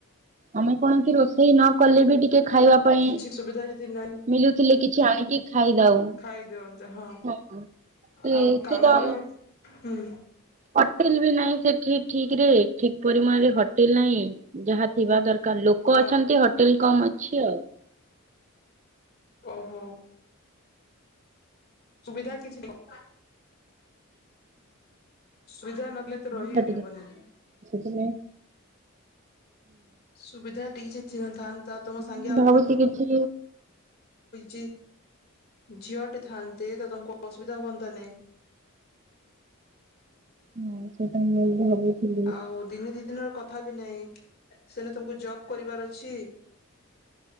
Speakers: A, on the right; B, on the left.
A: ଆମେ କଣସି ରୋଷେଇ ନ କଲେ ବି ଟିକେ ଖାଇବା ପାଇଁ
B: କିଛି ସୁବିଧା ଯଦି ନାହିଁ
A: ମିଲୁଥିଲେ କିଛି ଆଣିକି ଖାଇ ଦଉ
B: ଖାଇଦିଅନ୍ତେ ହଁ
A: କି ଏଠି
B: ଆଉ କାମର
A: ତ
B: ହୁଁ।
A: ହଟେଲ ବି ନାହିଁ ସେଠି ଠିକ ରେ ଠିକ ପ ହଟିଲ ନାହିଁ ଯାହା ଥିବା ଦରକାର ଲୋକ
B: ହଁ
A: ଅଛନ୍ତି ହୋଟେଲ କମ ଅ ଛି ଆଉ
B: ଓହୋ ସୁବିଧା କିଛି ନାହି ସୁବିଧା ନଥିଲେ ତ ରହି
A: ହଁ
B: ହେବନି
A: ସେ
B: ସୁବିଧା ଟିକଛି ଚିନ୍ଥାନ୍ତି ତା ତମ ସାଙ୍ଗେ
A: ମୁଁ
B: ଆଉ
A: ଭାବୁଛି
B: ଜଣେ
A: କିଛି
B: ଛି ଝିଅଟିେ ଥାନ୍ତେ ତ ତାଙ୍କୁ ଅସୁବିଧା ହୁଅନ୍ତା ନାହିଁ।
A: ହଁ ସେଟା ମିଳ ଭାବୁଥିଲି
B: ଆଉ ଦିନେ ଦି ଦିନ ର କଥା ନ ସେନ ତମକୁ ଜବ କରିବାର ଅଛି